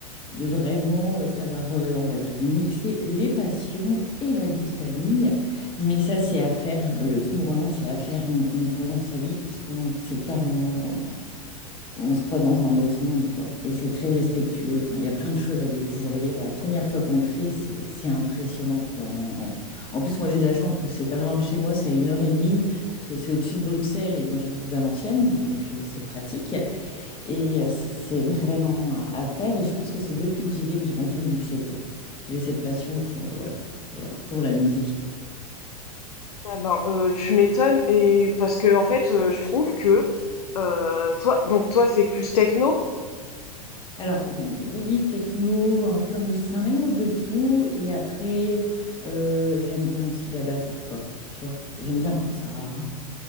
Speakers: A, on the left; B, on the left.
A: de vraiment euh, savoir, euh, on va dire, mixer les passions et la vie de famille. Mais ça, c'est à faire. euh, Le tout mourlant, c'est à faire une, une fois dans sa vie parce qu'on c'est carrément on se croit dans un autre monde, quoi. Et c'est très respectueux. Enfin, il y a plein de choses à découvrir. La première fois qu'on le fait, c'est c'est impressionnant, quoi. En, en plus, moi, j'ai de la chance parce que c'est pas loin de chez moi, c'est à une heure et demie, parce que c'est au-dessus de Bruxelles et moi, j'habite Valenciennes, donc euh, c'est pratique. Et euh, c'est c'est vraiment à faire. Et je pense que c'est depuis que j'y vais que j'ai envie de mixer, quoi. Que j'ai cette passion pour, euh, voilà, pour la, pour la musique.
B: Ah ben euh, tu m'étonnes et parce que en fait euh, je trouve que euh, toi donc toi c'est plus techno.
A: Alors, oui, techno, un peu industrie, c'est un mélange de tout. Et après, euh, j'aime bien aussi la basse hardcore, tu vois. J'aime bien quand ça.